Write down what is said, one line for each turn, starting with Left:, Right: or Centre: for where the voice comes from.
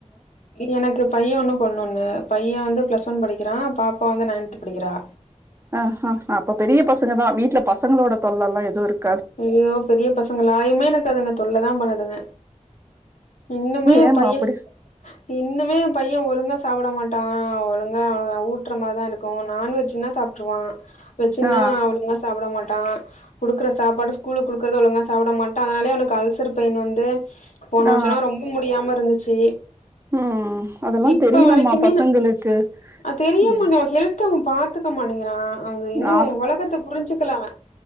Left: எனக்கு பைய ஒன்னு பொண்ணொன்னு பைய வந்து ப் ப்ளஸ் ஒன் படிக்கிறா பாப்பா வந்து நைன்த்து படிக்கிறா
Right: ஆ ஆ ஆ அப்ப பெரிய பசங்க தா வீட்ல பசங்களோட தொல்லல்லா எது இருக்
Left: ஐயோ பெரிய பசங்களா இன்மே எனக்கு அதுங்க தொல்ல தா பண்ணுதுங்க இன்னுமே
Right: ஏமா
Left: எ பைய
Right: அப்படி
Left: இன்னுமே எ பைய ஒழுங்கா சாப்ட மாட்டா ஆ ஒழுங்கா ஊட்டுற மாரிதா இருக்கு நான்வெஜ்னா சாப் ட்ருவா வெஜ்னா
Right: ஆ
Left: அவ்ளலா சாப்ட மாட்டா குடுக்ற ஸ் சாப்பாடு ஸ்கூல்க்கு குடுக்குறத ஒழுங்கா சாப்டமாட்டா அதுனால அவனுக்கு அல்சர் பெயின் வந்து போன
Right: ஆ
Left: வருஷோனா ரொம்ப முடியாம இருந்துச்சி
Right: ம் அதெல்லா
Left: இப்ப
Right: தெரியணுமா
Left: வரைக்குமே
Right: பசங்களுக்கு
Left: ந அது தெரியாம
Right: ம்
Left: நா ஹெல்த் த அவ பாத்துக்க மாட்டங்கிறா அவ இன்னு
Right: நா
Left: ஒலகத்த புரிஞ்சிக்கல அவ